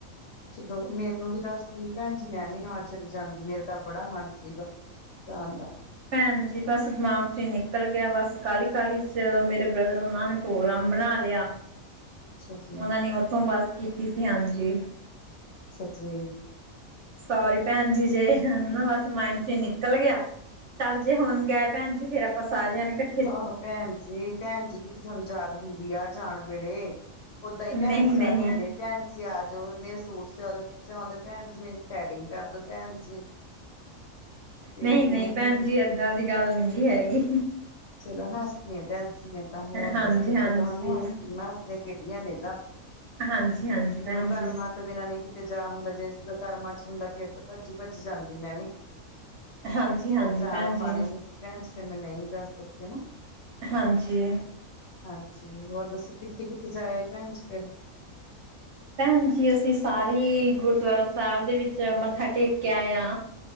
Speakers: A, on the left; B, on the right.
A: ਅੱਛਾ, ਦੋ ਮੈਨੂੰ ਵੀ ਦੱਸ ਦਿੰ ਪੈਣ ਜੀ ਮੈਂ ਵੀ ਨਾਲ਼ ਚਲੀ ਜਾਂਦੀ, ਮੇਰਾ ਤਾਂ ਬੜਾ ਮਨ ਸੀਗਾ ਜਾਣ ਦਾ।
B: ਪੈਣ ਜੀ ਬਸ ਦਿਮਾਗ ਚ ਈ ਨਿਕਲ਼ ਗਿਆ ਬਸ ਕਾਹਲੀ ਕਾਹਲੀ ਚ ਮੇਰੇ ਬ੍ਰਦਰ ਹੁਣਾਂ ਨੇ ਪ੍ਰੋਗਰਾਮ ਬਣਾ ਲਿਆ।
A: ਅੱਛਾ ਜੀ,
B: ਉਹਨਾਂ ਨੇ ਉੱਥੋਂ ਬੱਸ ਕੀਤੀ ਸੀ, ਹਾਂਜੀ।
A: ਅੱਛਾ ਜੀ,
B: ਸੋਰੀ ਪੈਣ ਜੀ ਜੇ ਹੂਨ ਬਸ ਮਾਇਡ ਚ ਹੀ ਨਿਕਲ਼ ਗਿਆ ਚੱਲ ਜੇ ਹੁਨ ਗਏ ਪੈਣ ਜੀ ਫ਼ੇਰ ਆਪਾਂ ਸਾਰੇ ਜਾਣੇੇ ਕੱਠੇ
A: ਆਹੋ ਪੈਣ ਜੀ ਪੈਣ ਜੀ ਕਿੱਥੇ ਥੋਨੂੰ ਯਾਦ ਹੁੰਦੀ ਆ ਜਾਨ ਵੇਲੇ ਓਦਾਂ ਈ ਪੈਣ
B: ਨਹੀਂ
A: ਜੀ
B: ਨਹੀਂ
A: ਯਾਦ ਹੋੰਦੇ ਆ ਪੈਣ ਜੀ ਆ ਜਾਓ ਮੇਰੇ ਸੂਟ ਸਿਆਉਂਦੇ ਸਿਆਉਂਦੇ ਪੈਣ ਜੀ ਮੇਰੇ ਥਰੈਡਿੰਗ ਕਰਦੋ ਪੈਣ ਜੀ ਫੇਰ
B: ਨਹੀਂ
A: ਹੀ
B: ਨਹੀਂ
A: ਹੈ
B: ਪੈਣ
A: ਭੈਣ
B: ਜੀ ਏਦਾਂ ਦੀ ਗੱਲ ਨੀ ਗੀ ਹੈਗੀ।
A: ਚਲੋ ਹੱਸਦੀਆਂ ਪੈਣ ਜੀ ਮੈਂ ਤਾਂ ਹੋਰ
B: ਹਾਂਜੀ
A: ਦੱਸੋ
B: ਹਾਂਜੀ
A: ਚਲੋ ਹੈਨਾ ਹੱਸੀਆਂ ਮੈ ਹੱਸੀਆਂ ਖੇਡੀਆਂ ਨੇ ਇਹ ਤਾਂ
B: ਹਾਂਜੀ ਹਾਂਜੀ ਭੈਣ
A: ਜਦੋਂ ਕਰਮਾਂ
B: ਜੀ।
A: ਤੋਂ ਬਿਨਾਂ ਨਹੀਂ ਕਿਤੇ ਜਾ ਹੁੰਦਾ ਜੇ ਕਰਮਾਂ ਚ ਹੁੰਦਾ ਫ਼ੇਰ ਤਾਂ ਭੱਜੀ-ਭੱਜੀ ਜਾਂਦੀ ਮੈਂ ਵੀ
B: ਹਾਂਜੀ ਹਾਂਜੀ
A: ਜੇ ਦਾਨਾ
B: ਭੈਣ ਜੀ
A: ਪਾਨੀ ਨੀ ਭੈਣ ਜੀ ਫ਼ਿਰ ਮੈਂ ਨਹੀਂ ਜਾ ਸਕਦੀ ਹੈਨਾ
B: ਹਾਂਜੀ
A: ਹਾਂਜੀ ਹੋਰ ਦੱਸੋ ਕਿੱਥੇ-ਕਿੱਥੇ ਜਾਏ ਆਏ ਪੈਣ ਜੀ ਫਿਰ
B: ਪੈਣ ਜੀ ਅਸੀਂ ਸਾਰੇ ਈ ਗੁਰਦੁਆਰਾ ਸਾਹਿਬ ਦੇ ਵਿੱਚ ਮੱਥਾ ਟੇਕ ਕੇ ਆਏ ਆ